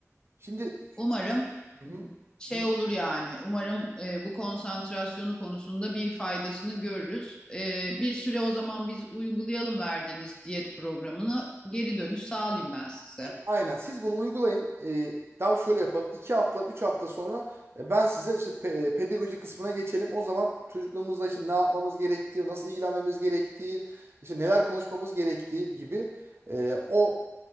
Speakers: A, on the right; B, on the left.
A: Şimdi
B: umarım
A: Hı hı.
B: şey olur yani. Umarım e, bu konsantrasyonu konusunda bir faydasını görürüz. E, bir süre o zaman biz uygulayalım verdiğiniz diyet programını. Geri dönüş sağlayayım ben size.
A: Şu- aynen siz bunu uygulayın. E, daha şöyle yapalım. 2 hafta, 3 hafta sonra e, ben size işte pe- e, pedagoji kısmına geçelim. O zaman çocukluğumuzda işte ne yapmamız gerektiği, nasıl ilgilenmemiz gerektiği, işte neler konuşmamız gerektiği gibi e, o